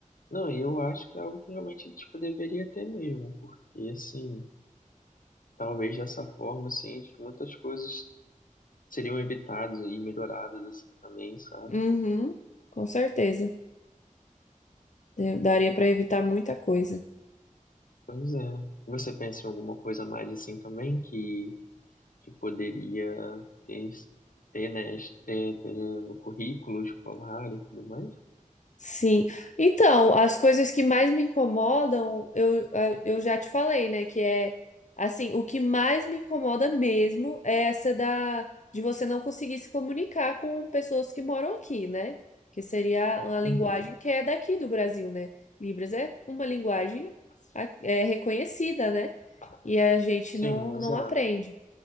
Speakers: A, on the left; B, on the left.
A: não, eu acho que é algo que realmente, tipo, deveria ter mesmo, porque assim, talvez dessa forma, assim, muitas coisas seriam evitadas e melhoradas, assim, também, sabe?
B: Uhum, com certeza. Eu Daria para evitar muita coisa.
A: Pois é. Você pensa em alguma coisa a mais, assim, também, que que poderia ter, ter, né, ter, ter no currículo escolar e tudo mais.
B: Sim. Então, as coisas que mais me incomodam, eu, a- eu já te falei, né? Que é assim, o que mais me incomoda mesmo é essa da de você não conseguir se comunicar com pessoas que moram aqui, né? Que seria uma linguagem
A: Uhum.
B: que é daqui do Brasil, né? Libras é uma linguagem a- é reconhecida, né? e a gente não,
A: Sim, exato.
B: não aprende.